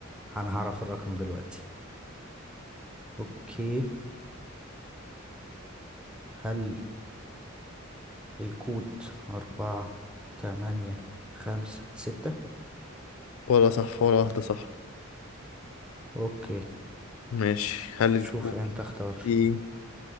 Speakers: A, in the centre; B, on the left (about 80°).
A: انا هعرف الرقم دلوقتي اوكي هل الكود أربعة تمانية خمسة ستة
B: ولا صح ولا واحدة صح
A: اوكي
B: ماشي هل الكود
A: شوف انت اختار
B: فيه